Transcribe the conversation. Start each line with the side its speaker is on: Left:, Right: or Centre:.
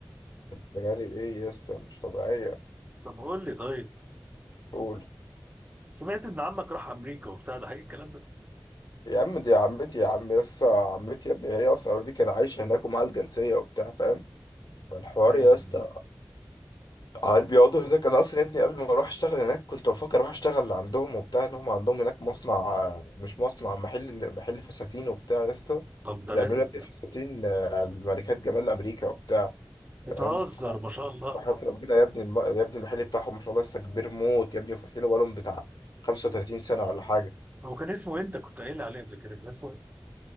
Left: بالي ايه يس مش طبيعيه
Right: طب قول لي طيب
Left: قول
Right: سمعت ان عمك راح امريكا وبتاع ده حقيقي الكلام ده
Left: يا عم دي عمتي يا عم يسا عمتي يا ابني هي اصلا اوريدي كان عايشه هناك ومعاها الجنسيه وبتاع فاهم فالحوار
Right: ايوه
Left: يا اسطى قاعد بيقعدوا هناك انا اصلا يا ابني قبل ما اروح اشتغل هناك كنت بفكر اروح اشتغل عندهم وبتاع ان هم عندهم هناك مصنع آه، مش مصنع محل محل فساتين وبتاع يا اسطى
Right: طب ده
Left: بيعملوا
Right: رايق
Left: يا ابني
Right: ده
Left: فساتين آه، الملكات جمال امريكا وبتاع
Right: بتهزر
Left: فاهم
Right: ما شاء الله
Left: فحياة ربنا يا ابني الم- يا ابني المحل بتاعهم ما شاء الله لسه كبير موت يا ابني وفاتحينه بقالهم بتاع 35 سنه ولا حاجه
Right: هو كان اسمه إيه؟ انت كنت قايل لي عليه قبل كده كان اسمه ايه